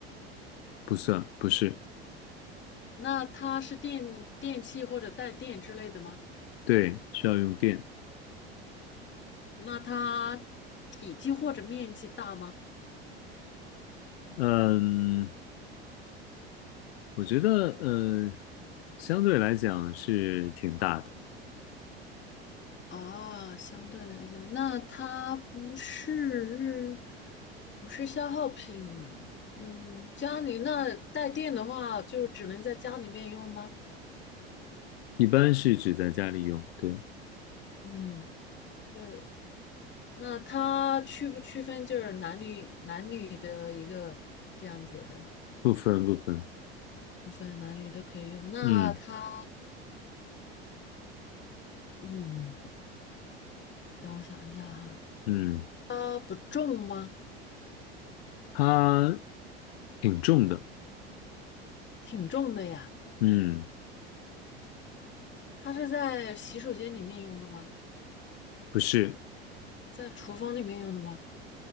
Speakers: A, on the left; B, on the left.
A: 不算，不是，
B: 那它是电电器或者带电之类的吗？
A: 对，需要用电，
B: 那它体积或者面积大吗？
A: 嗯。我觉得，呃，相对来讲是挺大的，
B: 啊，相对来讲，那它不是不是消耗品，嗯，家里那带电的话，就只能在家里面用吗？
A: 一般是只在家里用，对，
B: 嗯。就是那它区不区分就是男女男女的一个这样子的，
A: 不分不分，
B: 不分男女都可以用。那它，
A: 嗯
B: 嗯，等我想一下哈，
A: 嗯，
B: 它不重吗？
A: 它挺重的，
B: 挺重的呀。
A: 嗯，
B: 它是在洗手间里面用的吗？
A: 不是，
B: 在厨房里面用的吗？